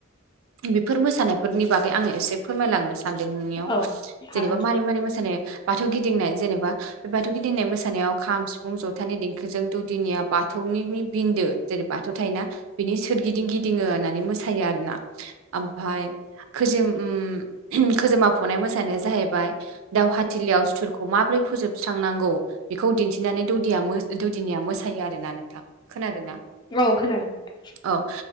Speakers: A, on the right; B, on the left.
A: बेफोर मोसानायफोरनि बागै आंङो एसे फोरमायलांनो सानदों नोंनियाव
B: औ हागोन
A: जेनेबा मारै मारै मोसानाय बाथौ गिदिंनाय जेनेबा बे बाथौ गिदिंनाय मोसानायाव खाम सिफुं जथानि देंखोजों दौदिनिया बाथौ ऊंनिनि बिन्दो जेरै बाथौ थायोना बिनि सोरगिदिं गिदिङो आननानै मोसायो आरोना। आमफाय खोजोम उम खोजोमा फनाय मोसानाया जाहैबाय दावहा थिलियाव सुथुरखौ माबोरै फोजोबस्रांनांगौ बेखौ दिन्थिनानै दौदिया मो दौदिनिया मोसायो आरोना। नोंथां खोनादोंना?
B: औ खोनादों नोंथां।
A: औ